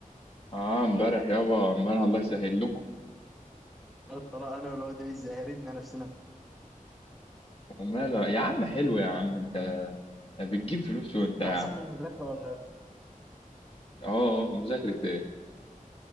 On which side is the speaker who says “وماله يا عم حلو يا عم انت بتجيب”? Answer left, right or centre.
Left